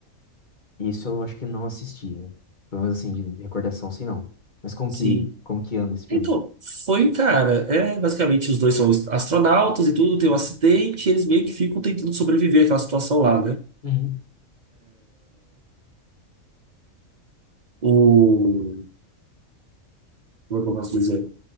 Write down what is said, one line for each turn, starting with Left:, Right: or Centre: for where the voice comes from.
Left: isso eu acho que não assisti. né? Pelo menos assim, de recordação, sim, não. Mas como
Right: Sim.
Left: que, como que anda esse filme?
Right: Então, foi, cara, é, basicamente os dois são astronautas e tudo, tem um acidente, e eles meio que ficam tentando sobreviver àquela situação lá, né?
Left: Uhum.
Right: O, como é que eu posso dizer?